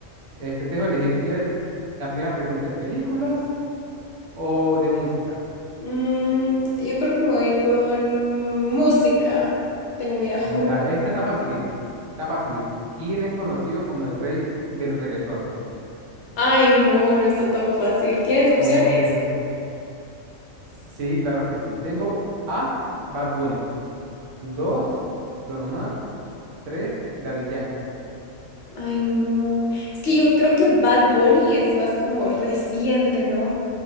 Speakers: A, on the right; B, on the left.
A: Este, te dejo elegir. ¿Quieres la primera pregunta de películas o de música?
B: Mm, yo creo que me voy a ir con música. Tengo miedo. <laughs>
A: Mm, Dale, esta está facilita. Está facilita. ¿Quién es conocido como el rey del reggaetón?
B: Ay, no, no está tan fácil. ¿Tienes opciones?
A: ¿Cómo que no? Sí, claro que sí. Tengo A, Bad Bunny. Dos, Don Omar. Tres, Daddy Yankee.
B: Ay, no. Es que yo creo que Bad Bunny es más como reciente, ¿no?